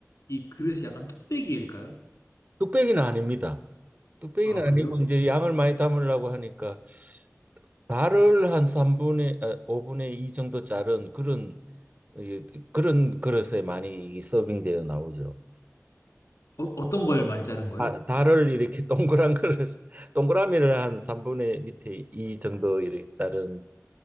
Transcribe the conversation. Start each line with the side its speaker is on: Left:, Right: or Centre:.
Left: 이 그릇이 약간 뚝배기일까요?
Right: 뚝배기는 아닙니다. 뚝배기는
Left: 아,
Right: 아니고
Left: 그래요?
Right: 이제 양을 많이 담으려고 하니까 달을 한 3분의 아, 5분의 2 정도 자른 그런 예, 그런 그릇에 많이 서빙되어 나오죠.
Left: 어, 어떤 걸 많이 자른 거예요?
Right: 아, 달을 이렇게 동그란 그릇 <laughs> 동그라미를 한 3분의 밑에 2 정도 이렇게 자른